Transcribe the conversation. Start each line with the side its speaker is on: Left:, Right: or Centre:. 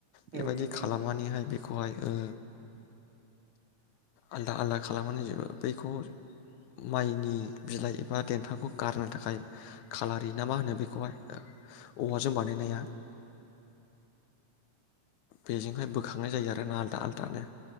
Left: बेबायदि
Right: औ नंगौ
Left: खालामनानैहाय
Right: नोंथां
Left: बे बेखौहाय ओ आलदा आलदा खालामनानै जोबो बैखौ माइनि बिलाइ एबा देन्थांखौ गारनो थाखाय खालारि ना मा होनो बेखौहाय औवाजों बानायनाया बेजोंहाय बोखांनाय जायो आरोना आलदा आलदानो